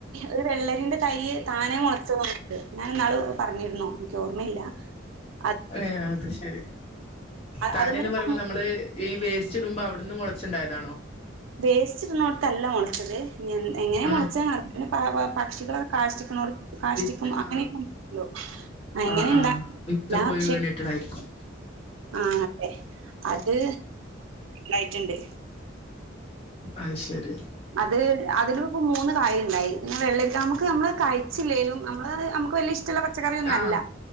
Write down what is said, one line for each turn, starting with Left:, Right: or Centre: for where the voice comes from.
Right: ഒരു വെള്ളരിന്റെ തൈ താനെ മോളച്ച് വന്നിക്ക് ഞാൻന്നാള് പറഞ്ഞിരുന്നോ എനിക്ക് ഓർമ്മയില്ല <inaudible>
Left: ഏഹ് അത് ശെരി താനന്ന്
Right: അതിമ്മല് ഇപ്പോ
Left: പറയുമ്പോ നമ്മള് ഈ വേസ്റ്റിടുമ്പോ അവടുന്ന് മോളച്ചുണ്ടായതാണോ
Right: വേസ്റ്റിടുന്നോടത്തല്ല മോളച്ചത് ഇനി എങ്ങനെയാ
Left: ആ
Right: മോളച്ചത് എന്നറില്ല പക്ഷികള് കാഷ്ടിയ്ക്കുന്നോടത്ത് കാഷ്ടിയ്ക്കും
Left: വിത്ത്
Right: അങ്ങനെയൊക്കെ
Left: ആ
Right: ഉണ്ടല്ലോ അങ്ങനെണ്ടാ
Left: ആ ആ വിത്ത്
Right: ല്ല പക്ഷെ
Left: <unintelligible>
Right: ആഹ് അതെ അത് ലൈറ്റ്ണ്ട്.
Left: അത് ശെരി
Right: അത് അതിലും ഇപ്പം മൂന്ന് കായുണ്ടായി പിന്നെ വെള്ളരിക്കാ നമുക്ക് നമ്മള് കയിച്ചില്ലേലും നമ്മള് നമുക്ക് വല്യ ഇഷ്ടള്ള പച്ചക്കറിയൊന്നും
Left: ആ
Right: അല്ല